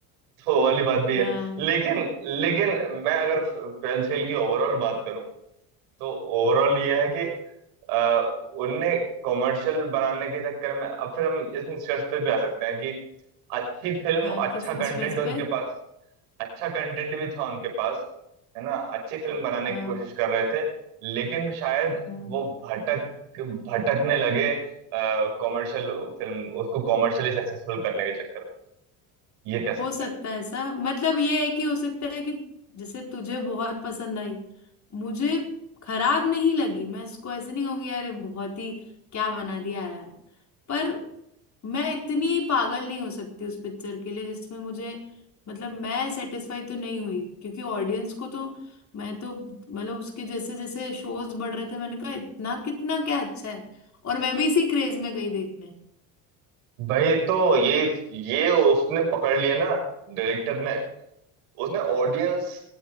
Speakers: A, on the right; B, on the left.
A: तो वो वाली बात भी
B: <laughs>
A: है
B: हाँ
A: लेकिन लेकिन मैं अगर ट्वेल्थ फेल की ओवरऑल बात करूं तो ओवरऑल ये है कि अ, उनने कॉमर्शियल बनाने के चक्कर में अब फिर हम इस निष्कर्ष पे भी आ सकते हैं कि अच्छी फिल्म
B: हाँ
A: अच्छा
B: किस निष्कर्ष
A: कंटेंट उनके
B: पे
A: पास अच्छा कंटेंट भी था उनके पास है ना अच्छी फिल्म बनाने
B: हाँ
A: की कोशिश कर रहे थे लेकिन शायद
B: हम्म
A: वो भटक भटकने लगे कॉमर्शियल फिल्म उसको कॉमर्शियली सक्सेसफुल करने के चक्कर में ये कह सकते
B: हो सकता
A: हैं
B: है ऐसा मतलब ये है कि हो सकता है कि जैसे तुझे बहुत पसंद आई मुझे खराब नहीं लगी मैं इसको ऐसे नहीं कहूंगी यार ये बहुत ही क्या बना दिया यार पर मैं इतनी पागल नहीं हो सकती उस पिक्चर के लिए जिसमें मुझे मतलब मैं सेटिस्फाई तो नहीं हुई क्योंकि ऑडियंस को तो मैं तो मतलब उसके जैसे जैसे शोज बढ़ रहे थे मैंने कहा इतना कितना क्या अच्छा है और मैं भी इसी क्रेज में गई देखने
A: भाई तो ये ये उसने पकड़ लिया ना डायरेक्टर ने उसने ऑडियंस